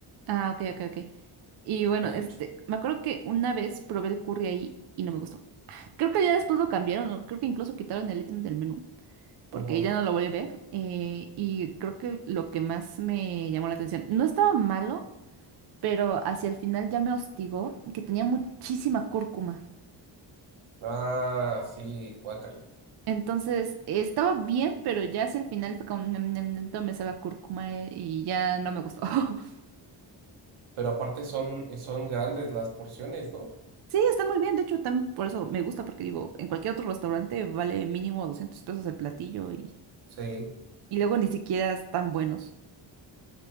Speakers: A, on the right; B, on the right.
A: Ah, ok, ok, ok. Y bueno,
B: de
A: este,
B: hecho.
A: me acuerdo que una vez probé el curry ahí y no me gustó. Creo que ya después lo cambiaron, o creo que incluso quitaron el ítem del menú. porque
B: Ujú.
A: ella no lo vuelve a ver. eh, y creo que lo que más me llamó la atención, no estaba malo, pero hacia el final ya me hostigó que tenía muchísima cúrcuma.
B: Ah, sí, guacala.
A: Entonces eh, estaba bien, pero ya hacia el final fue como, "Nam, nam, nam", todo me sabe a cúrcuma eh, y ya no me gustó. <laughs>
B: Pero aparte son, eh, son grandes las porciones, ¿no?
A: Sí, está muy bien. De hecho, también por eso me gusta, porque digo, en cualquier otro restaurante vale mínimo 200 pesos el platillo y,
B: Sí.
A: y luego ni siquiera están buenos.